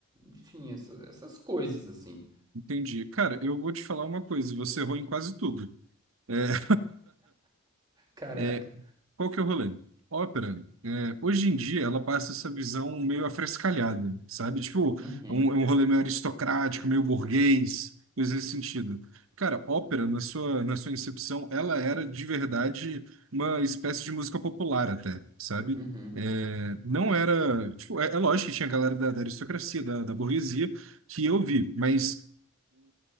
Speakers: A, on the right (about 20°); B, on the right (about 65°).
A: enfim, essa- essas coisas assim.
B: Entendi. Cara, eu vou te falar uma coisa, você errou em quase tudo. É... <laughs>
A: Caraca.
B: É, qual que é o rolê? Ópera, é, hoje em dia, ela passa essa visão meio afrescalhada, sabe? Tipo,
A: Uhum,
B: é um, é um rolê meio aristocrático, meio burguês, coisa nesse sentido. Cara, ópera, na sua, na sua incepção, ela era de verdade uma espécie de música popular até, sabe?
A: uhum.
B: É, não era... Tipo, é, é lógico que tinha a galera da, da aristocracia, da, da burguesia, que eu vi, mas